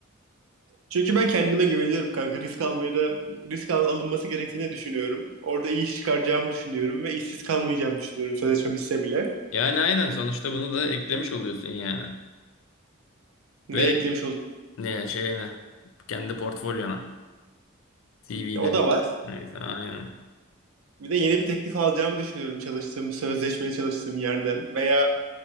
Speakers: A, on the right; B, on the left.
A: Çünkü ben kendime güveniyorum kanka. Risk almaya da risk al- alınması gerektiğini düşünüyorum. Orada iyi iş çıkaracağımı düşünüyorum ve işsiz kalmayacağımı düşünüyorum sözleşme bitse bile.
B: Yani aynen sonuçta bunu da eklemiş oluyorsun yani.
A: Ne
B: Ve
A: eklemiş olduk?
B: ne şeyine kendi portfolyona CV'ne.
A: Ya O da var.
B: Neyse aynen.
A: Bir de yeni bir teklif alacağımı düşünüyorum çalıştığım, sözleşmeli çalıştığım yerden veya